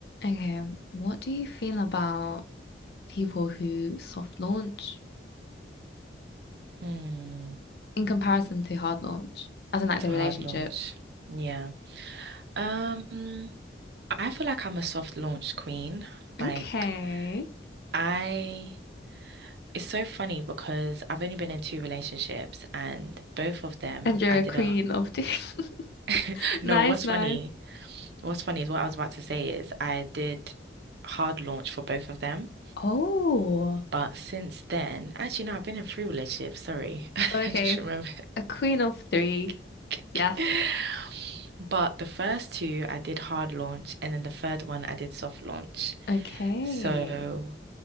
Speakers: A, on the left; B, on the right.
A: Okay, what do you feel about people who soft launch
B: Hmm.
A: in comparison to hard launch, as in like
B: It's
A: the
B: a hard
A: relationship?
B: launch. Yeah. Um, I feel like I'm a soft launch queen. Like
A: Okay.
B: I it's so funny because I've only been in two relationships and both of them
A: And you're
B: I
A: a
B: did
A: queen
B: a
A: of two. <laughs>
B: <laughs> no,
A: Nice,
B: what's
A: nice.
B: funny? What's funny is what I was about to say is I did hard launch for both of them.
A: Oh,
B: But since then, actually no, I've been in three relationships, sorry. <laughs> I
A: okay.
B: just remembered.
A: A queen of three.
B: <laughs>
A: Yes.
B: But the first two I did hard launch, and then the third one I did soft launch.
A: Okay.
B: So